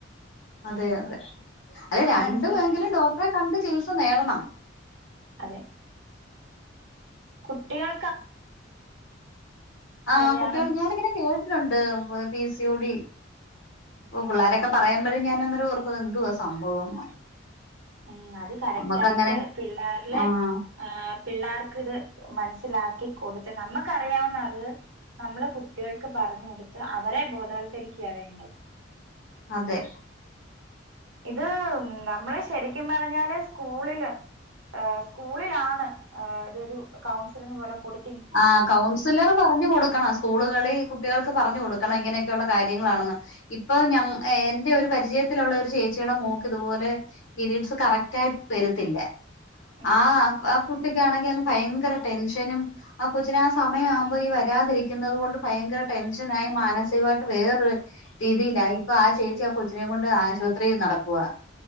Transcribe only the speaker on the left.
അതെയാ അതെ രണ്ടുവേങ്കിലും
ഡോക്ടറെ കണ്ട് ചികിത്സ നേടണം
ആ
കുട്ടികൾ ഞാനങ്ങനെ കേട്ടിട്ടുണ്ട് പിസി ഒടി ഒ പിള്ളോരൊക്കെ പറയുമ്പഴെ ഞാന ന്നേരോർക്കു ന്തുവാ സംഭവം
നമ്മുക്കങ്ങനെ
ആഹ്
അതെ
ആ കൗൺസിലർ പറഞ്ഞു കൊടുക്കണം സ്കൂളുകളി കുട്ടികൾക്ക് പറഞ്ഞു കൊടു ക്കണം ഇങ്ങനെയൊക്കെയള്ള കാര്യങ്ങളാണെന്ന് ഇപ്പൊ ഞ ഏഹ് എന്റെ ഒരു പരിചയത്തിലുള്ള ഒരു ചേച്ചിയുടെ മോക്ക് ഇതുപോലെ പീരീഡ്സ് കറക്റ്റ് ആയിട്ട് വരത്തില്ല
ആ ആ കുട്ടിക്കാണെങ്കി അന്ന് ഭയങ്കര ടെൻഷനും ആ കൊച്ചിന് ആ സമയാവുമ്പോ ഈ വരാതിരിക്കുന്നത് കൊണ്ട് ഭയങ്കര ടെൻഷനായി മാനസികവായിട്ട് വേറൊരു രീതിയിലായി ഇപ്പൊ ആ ചേച്ചി ആ കൊച്ചിനെ കൊണ്ട് ആശുപത്രി നടക്കുവാ